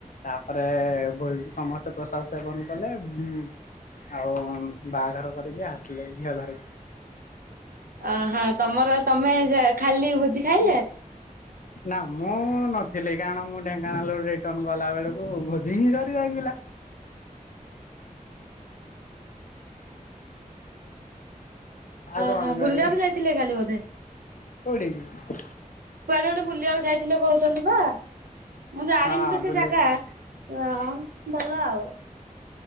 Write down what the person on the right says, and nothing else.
ଅ ହଁ ତମର ତମେ ଖାଲି ଭୋଜି ଖାଇଲେ।
ଓହୋ
ବୁଲିବାକୁ ଯାଇଥିଲେ କାଲି ବୋଧେ?
କୁଆଡେ ଗଟେ ବୁଲିବାକୁ ଯାଇଥିଲେ କହୁଛନ୍ତି ବା ମୁଁ ଜାଣିନି
ତ ସେ
ଜାଗା। ର ଭଲ ଆଉ।